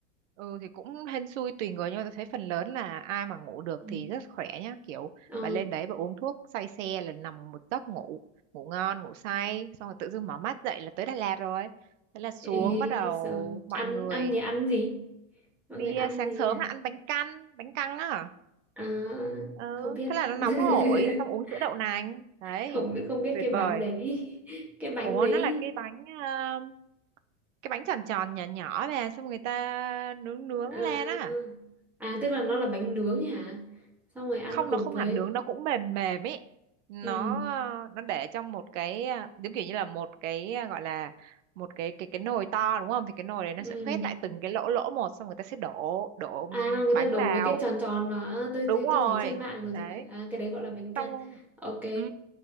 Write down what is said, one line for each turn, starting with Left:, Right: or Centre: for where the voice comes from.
Right: Ừ thì cũng hên xui tùy người nhưng mà tôi thấy phần lớn là ai mà ngủ được
Centre: ừ.
Right: thì rất khỏe nhá kiểu
Centre: ờ
Right: bà lên đấy bà uống thuốc say xe là nằm một giấc ngủ ngủ ngon ngủ say xong rồi tự dưng mở mắt dậy là tới Đà Lạt rồi thế là xuống
Centre: ê
Right: bắt đầu
Centre: rồi
Right: mọi
Centre: ăn
Right: người
Centre: ăn thì ăn gì mọi
Right: đi
Centre: người ăn
Right: à, sáng
Centre: thì
Right: sớm là ăn bánh căn bánh căn á
Centre: à,
Right: ừ
Centre: không biết
Right: thế là nó
Centre: <laughs>
Right: nóng hổi xong uống sữa đậu nành đấy
Centre: không biết không biết
Right: tuyệt
Centre: cái bánh
Right: vời
Centre: đấy <laughs> cái bánh
Right: ủa
Centre: đấy
Right: nó là cái bánh ờ, cái bánh tròn tròn nhỏ nhỏ về xong người ta nướng nướng
Centre: à,
Right: lên á
Centre: à tức là nó là bánh nướng hả xong rồi ăn
Right: không
Centre: cùng
Right: nó không
Centre: với
Right: hẳn nướng nó cũng mềm mềm ấy nó
Centre: ừ
Right: ờ, nó để trong một cái ờ, giống kiểu như là một cái ờ, gọi là một cái cái cái nồi to đúng không thì cái nồi đấy nó
Centre: ừ
Right: sẽ khoét lại từng cái lỗ lỗ một xong người ta sẽ đổ đổ
Centre: À người
Right: bánh
Centre: ta đổ
Right: vào
Centre: mấy cái tròn tròn mà à, tôi,
Right: đúng
Centre: tôi
Right: rồi
Centre: tôi thấy trên mạng rồi
Right: đấy
Centre: thì phải à cái đấy gọi là bánh căn.
Right: xong
Centre: Ok,
Right: ừ.